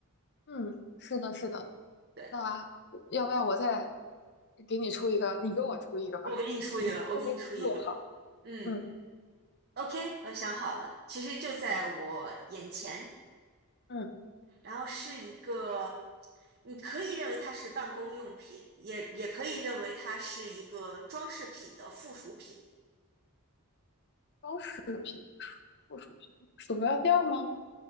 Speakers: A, on the left; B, on the right.
A: 嗯，是的，是的。
B: 对。
A: 那要不要我再给你出一个？你给我出一个吧。
B: 我给你出一个，
A: 你的特别不好。
B: 我给你出一个。嗯
A: 嗯
B: ，OK，我想好了，其实就在我眼前，
A: 嗯，
B: 然后是一个，你可以认为它是办公用品，也也可以认为它是一个装饰品的附属品。
A: 装饰品、附属品，鼠标垫儿吗？